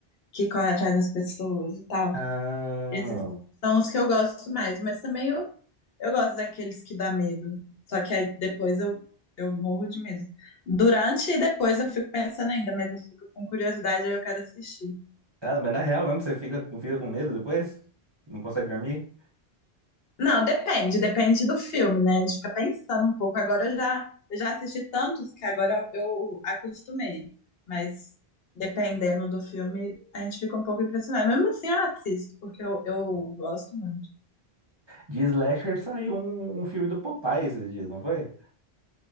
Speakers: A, on the left; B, on the right.
A: que corre atrás das pessoas e tal.
B: Ah,
A: Esses são os que eu gosto mais, mas também eu, eu gosto daqueles que dá medo. Só que aí depois eu, eu morro de medo. Durante e depois eu fico pensando ainda, mas eu fico com curiosidade, aí eu quero assistir.
B: ah, mas na real mesmo, você fica, fica com medo depois? Não consegue dormir?
A: Não, depende, depende do filme, né? A gente fica pensando um pouco. Agora eu já, eu já assisti tantos que agora eu, eu acostumei. Mas dependendo do filme, a gente fica um pouco impressionado. Mesmo assim, eu assisto, porque eu, eu gosto muito.
B: De slasher saiu um, um filme do Popeye esses dias, não foi?